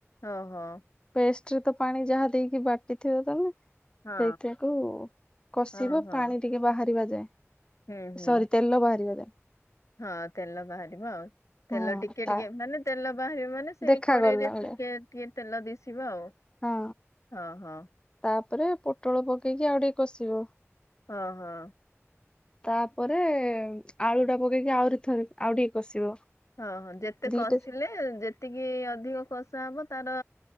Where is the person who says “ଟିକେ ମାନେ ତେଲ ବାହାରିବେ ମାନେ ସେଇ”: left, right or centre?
Left